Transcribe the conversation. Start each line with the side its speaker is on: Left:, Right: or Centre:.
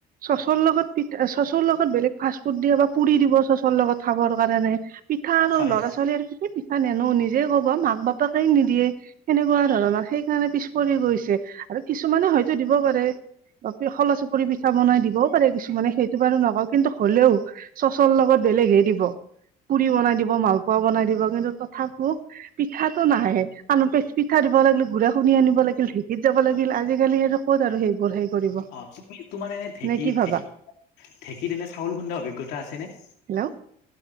Right: চচৰ লগত পিঠ চচৰ লগত বেলেগ ফাৰ্ষ্ট ফুড দিয়ে বা পুৰি দিব চচৰ লগত খাবৰ কাৰণে পিঠা আৰু
Left: হয়
Right: ল'ৰা ছোৱালী আৰু এই পিঠা নিনো নিজে কব মাক বাপেকে নিদিয়ে সেনেকুৱা ধৰণৰ সেইকাৰণে পিছ পৰি গৈছে আৰু কিছুমানে হয়তো দিব পাৰে খলা চাপৰি পিঠা বনাই দিবও পাৰে কিছুমানে সেইটো বাৰু নকওঁ কিন্তু হলেও চচৰ লগত বেলেগহে দিব পুৰি বনাই দিব মালপোৱা বনাই দিব কিন্তু তথাপিও পিঠাটো নাহে আন পিঠা দিব লাগিল গুৰা খুন্দা আনিব লাগিল ঢেঁকীত যাব লাগিল আজিকালি আৰু ক'ত আৰু সেইবোৰ হেৰি কৰিব
Left: অ তুমি তোমাৰ এনে ঢেঁকী
Right: নে কি ভাবা
Left: ঢেঁকী ঢেঁকীত এনে চাউল খুন্দা অভিজ্ঞতা আছে নে
Right: হেল্ল'